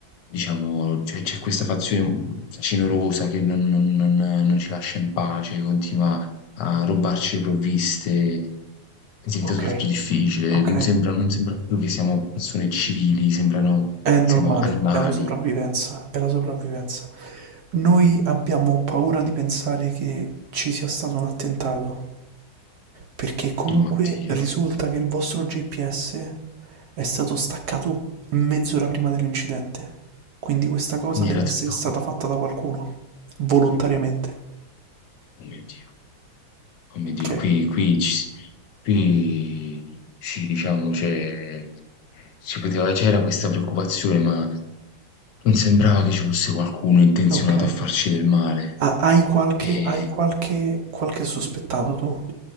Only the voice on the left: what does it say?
Diciamo, c'è c'è questa fazione cinorosa che non non non non ci lascia in pace, continua a rubarci le provviste, diventa
tutto difficile,
non sembra non sembra più che siamo persone civili, sembrano
siamo animali.
Oddio.
Quindi
era
tutto
oh mio Dio. Oh mio Dio,
qui qui ci s qui sì, diciamo, cioè, ci poteva c'era questa preoccupazione, ma non sembrava che ci fosse qualcuno intenzionato
a farci del male.
E